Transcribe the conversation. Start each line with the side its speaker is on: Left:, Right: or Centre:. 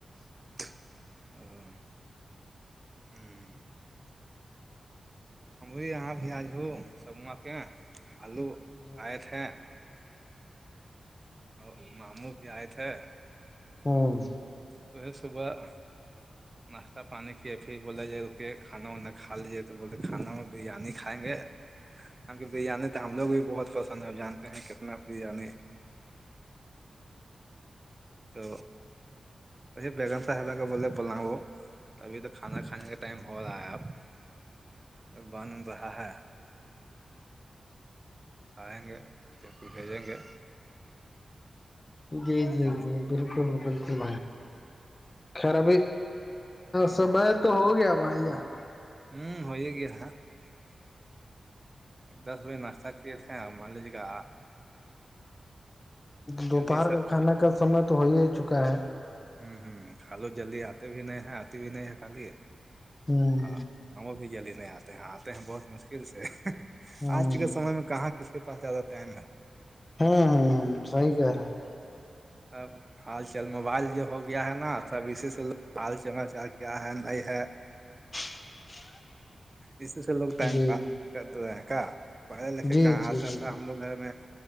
Right: ہوں ہم بھی یہاں بھی آج وہ سموا کے خالوں
Left: جی
Right: آئے تھے اور مامو بھی آئے تھے
Left: ہاں
Right: تو صبح
Left: ہ <inaudible>
Right: ناشتہ پانی کیے پھر بولا جو ہے کہ کھانا وانا کھا لیجیے تو بولے کھانا بریانی کھائیں گے ہم کی بریانی تو ہم لوگ بھی بہت پسند ہے جانتے ہیں کتنا بریانی
Left: <inaudible>
Right: تو بیگم صاحبہ کو بولی بلاؤ ابھی تو کھانا کھانے کا ٹائم ہو رہا ہے اب بن رہا ہے آئیں گے تو پھر ان کو بھیجیں گے
Left: جی جی
Right: جانے
Left: جی بالکل بالکل خیر ابھی سمے تو ہو گیا بھائی جان
Right: ہوں ہو ہی گیا دس بجے ناشتہ کیے تھے ہم اور مان لیجیے گا
Left: دوپہر
Right: جلدی سب
Left: کا کھانا کا سمے تو ہو ہی ہی چکا ہے
Right: ہوں ہوں خالو جلدی آتے بھی نہیں ہے آتے بھی نہیں ہے خالی
Left: ہاں
Right: ہاں ماموں بھی جلدی نہیں آتے ہیں آتے ہیں بہت مشکل سے
Left: ہوں
Right: آج کے سمے میں کہاں کس کے پاس زیادہ ٹائم ہے
Left: ہاں ہاں صحیح کہہ رہے ہیں
Right: آ <inaudible> ہال چال موبائل جو ہو گیا ہے نا سب اسی سے پوچھتے ہیں کیا ہے نہیں ہے
Left: <inaudible>
Right: اسی سے لوگ ٹائم
Left: جی
Right: پاس کرتے ہیں کیا پڑھے لکھے
Left: جی
Right: کہاں
Left: جی
Right: آتا
Left: جی
Right: تھا ہم لوگ گھر میں